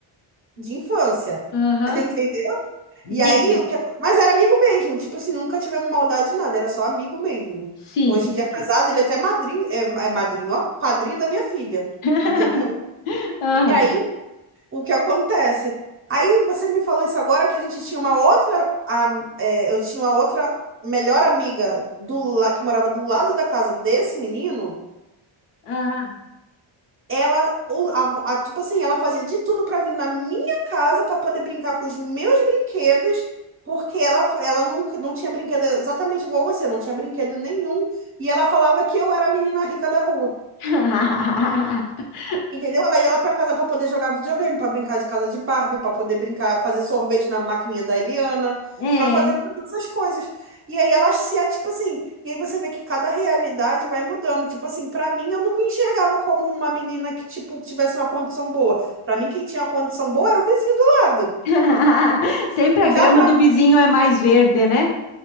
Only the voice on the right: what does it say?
de infância.
<laughs>
E aí, o que... mas era amigo mesmo, tipo assim, nunca tivemos maldade de nada, era só amigo mesmo.
Hoje
em dia é casado, ele é até madrinho, é, é madrinho, ó, padrinho da minha filha,
entendeu?
E aí, o que acontece? Aí você me falou isso agora que a gente tinha uma outra, a, é, eu tinha uma outra melhor amiga do la- que morava do lado da casa desse menino,
ela, o- a- a- tipo assim, ela fazia de tudo pra vir na minha casa pra poder brincar com os meus brinquedos, porque ela, fa- ela nunca, não tinha brinquedo exatamente igual você, não tinha brinquedo nenhum. E ela falava que eu era a menina rica da rua.
Entendeu? Ela ia lá pra casa pra poder jogar videogame, pra brincar de casa de Barbie, pra poder brincar, fazer sorvete na maquininha da Eliana,
pra fazer todas essas coisas. E aí elas se, tipo assim, e aí você vê que cada realidade vai mudando. Tipo assim, pra mim eu não me enxergava como uma menina que, tipo, tivesse uma condição boa. Pra mim quem tinha condição boa era o vizinho do lado.
E
já pra